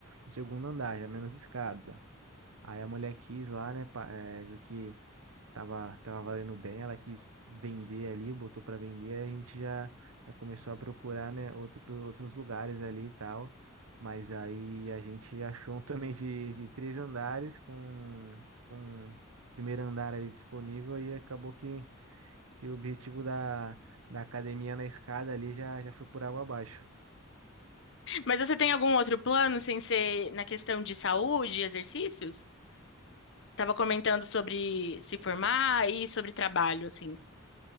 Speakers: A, on the right; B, on the left.
A: no segundo andar, já menos escada. Aí a mulher quis lá, né, pa- eh, viu que tava, tava valendo bem, ela quis vender ali, botou para vender, a gente já, já começou a procurar, né, outro, outros lugares ali e tal. Mas aí a gente achou um <laughs> também de, de três andares com, com o primeiro andar ali disponível e acabou que, que o objetivo da, da academia na escada ali já, já foi por água abaixo.
B: Mas você tem algum outro plano sem ser na questão de saúde, e exercícios? Tava comentando sobre se formar e sobre trabalho, assim.